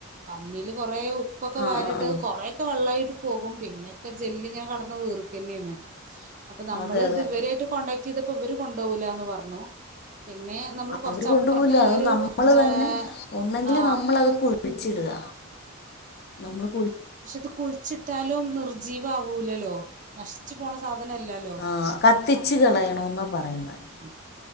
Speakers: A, on the right; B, on the left.
A: പന്നീൽ കുറേ ഉപ്പൊക്കെ
B: ആ
A: വാരിട്ട്
B: ആ ആ
A: കൊറെയൊക്കെ വെള്ളായിട്ട്. പോകും പിന്നൊക്കെ ജെല്ല് ഇങ്ങനെ കീടന്ന് വീർക്കന്നെയാണ് അപ്പൊ നമ്മൾ
B: അതെ
A: ഇതവരായിട്ട്.
B: അതെ
A: ചെയ്തപ്പോ ഇവര് കൊണ്ടോവില്ലാന്ന് പറഞ്ഞു. പിന്നെ നമ്മൾ കുറച്ച്
B: അവർ
A: അപ്പുറത്തുള്ളൊരു
B: കൊണ്ടുപോകില്ല അത് നമ്മൾ
A: ഏഹ്
B: തന്നെ ഒന്നെങ്കിൽ
A: ആ
B: നമ്മളത് കുഴിച്ചിടുക നമ്മൾള്
A: പക്ഷെ അത് കുഴിച്ചിട്ടാലും നിർജ്ജീവ ആവൂലാല്ലോ നശിച്ചു പോണ സാധനല്ലാല്ലോ.
B: ആ കത്തിച്ച് കളയണോന്നാ പറയുന്നെ.
A: ഉം.